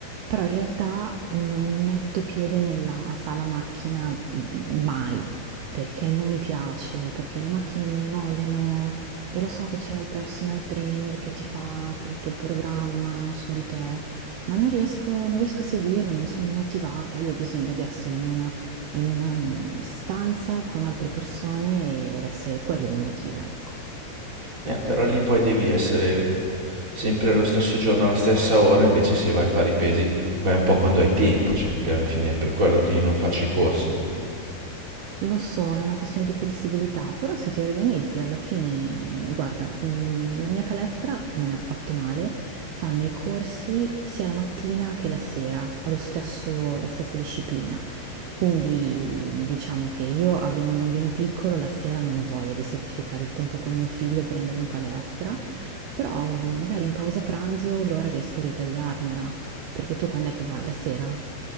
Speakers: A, on the right (about 75°); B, on the right (about 20°).
A: però in realtà non metto piede nella sala macchina m- mai, perché non mi piace, perché le macchine mi annoiano e lo so che c'è il personal trainer che ti fa tutto il programma su di te, ma non riesco, non riesco a seguirlo, non sono motivata, io ho bisogno di essere in una, in una mm, stanza con altre persone ed essere quello mi motiva, ecco.
B: Eh, però lì poi devi essere sempre allo stesso giorno, alla stessa ora, invece se vai a fare i pesi vai un po' quando hai tempo, cioè che alla fine è per quello che io non faccio i corsi.
A: Lo so, è una questione di flessibilità, però se ti organizzi alla fine, guarda, mh, la mia palestra non è affatto male, fanno i corsi sia la mattina che la sera, lo stesso- la stessa disciplina. Quindi diciamo che io, avendo un bambino piccolo, la sera non ho voglia di sacrificare il tempo con mio figlio per andare in palestra, però mh, magari in pausa pranzo l'ora riesco a ritagliarmela, perché tu quando è che vai? La sera?